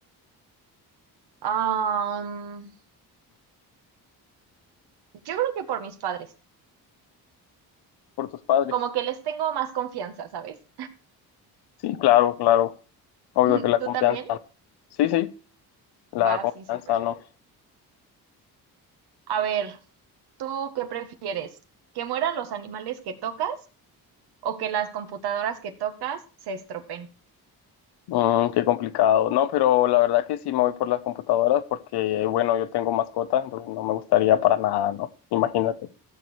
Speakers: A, on the right; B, on the left.
A: Am, yo creo que por mis padres.
B: Por tus padres.
A: Como que les tengo más confianza, ¿sabes?
B: Sí, claro, claro. Obvio
A: <laughs>
B: que la
A: ¿Tú
B: confianza.
A: también?
B: ¿no? Sí, sí, la
A: Va,
B: confianza,
A: sí, súper.
B: ¿no?
A: A ver, ¿tú qué prefieres? ¿Que mueran los animales que tocas o que las computadoras que tocas se estropeen?
B: Mm, qué complicado. No, pero la verdad que sí me voy por las computadoras porque, bueno, yo tengo mascotas, entonces no me gustaría para nada, ¿no? Imagínate.